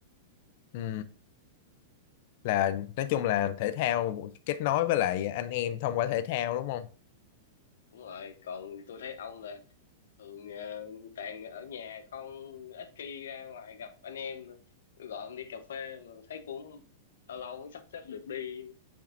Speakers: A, on the left; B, on the left.
A: ừ là nói chung là thể thao kết nối với lại anh em thông qua thể thao đúng không?
B: đúng rồi còn tôi thấy ông là thường ờ, toàn ở nhà không ít khi ra ngoài gặp anh em tôi gọi ông đi cà phê mà thấy cũng lâu lâu mới sắp xếp được đi